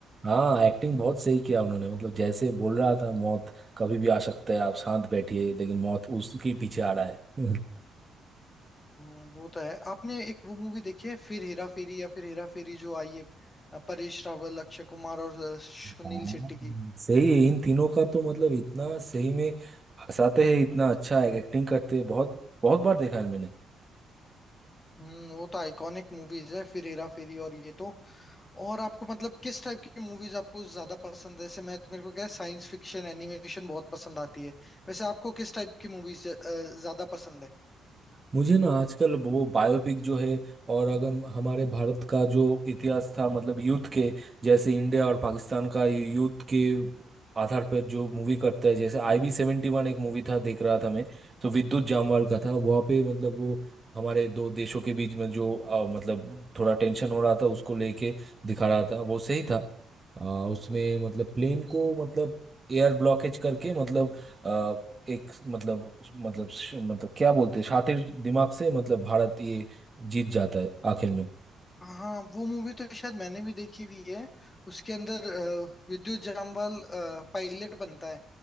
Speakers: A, on the right; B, on the left.
A: हाँ एक्टिंग बहुत सही किया उन्होंने मतलब जैसे बोल रहा था मौत कभी भी आ सकता है आप शांत बैठिए लेकिन मौत उसके पीछे आ रहा है <laughs>
B: हम्म, वो तो है आपने एक वो मूवी देखी है फिर हेरा फेरी या फिर हेरा फेरी जो आई है अ, परेश रावल अक्षय कुमार और अ, सुनील
A: हाँ
B: शेट्टी की
A: सही है इन तीनों का तो मतलब इतना सही में हंसाते हैं इतना अच्छा एक्टिंग करते हैं बहुत बहुत बार देखा है मैंने
B: हम्म वो तो आइकॉनिक मूवीज है फिर हेरा फेरी और ये तो और आपको मतलब किस टाइप की मूवीज आपको ज्यादा पसंद है जैसे मैं तो मेरे को क्या साइंस फिक्शन एनिमेशन बहुत पसंद आती है वैसे आपको किस टाइप की मूवीज ज्यादा पसंद है
A: मुझे ना आजकल वो बायोपिक जो है और अगर हमारे भारत का जो इतिहास था मतलब युद्ध के जैसे इंडिया और पाकिस्तान का युद्ध के आधार पर जो मूवी करता है जैसे आई बी सेवेंटी वन एक मूवी था देख रहा था मैं तो विद्युत जामवाल का था वहाँ पे मतलब वो हमारे दो देशों के बीच में जो अ, मतलब थोड़ा टेंशन हो रहा था उसको लेके दिखा रहा था वो सही था अ, उसमें मतलब प्लेन को मतलब एयर ब्लॉकेज करके मतलब एक मतलब मतलब मतलब क्या बोलते हैं शातिर दिमाग से मतलब भारत ये जीत जाता है आखिर में
B: हाँ वो मूवी तो शायद मैंने भी देखी हुई है उसके अंदर अ, विद्युत जामवाल पायलट बनता है